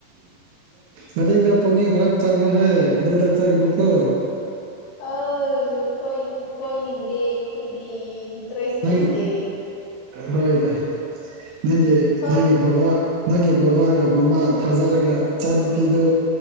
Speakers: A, on the right; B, on the left.
A: ꯂꯥꯏꯔꯤꯛꯇ ꯄꯨꯛꯅꯤꯡ ꯈꯔ ꯆꯪꯉꯨꯍꯦ ꯑꯗꯨꯗ ꯆꯪꯒꯅꯨꯀꯣ
B: ꯑꯦ ꯀꯣꯏꯅꯤꯡꯗꯦ ꯑꯩꯈꯣꯏꯗꯤ ꯗꯔꯦꯁ
A: ꯅꯪ
B: ꯂꯩꯇꯦ
A: ꯍꯣꯏꯗ ꯅꯪꯒꯤ
B: ꯍꯣꯏ
A: ꯅꯪꯒꯤ ꯕꯕꯥ ꯅꯪꯒꯤ ꯕꯕꯥꯒ ꯃꯃꯥ ꯊꯥꯖꯔꯒ ꯏꯆꯥ ꯅꯨꯨꯄꯤꯗꯨ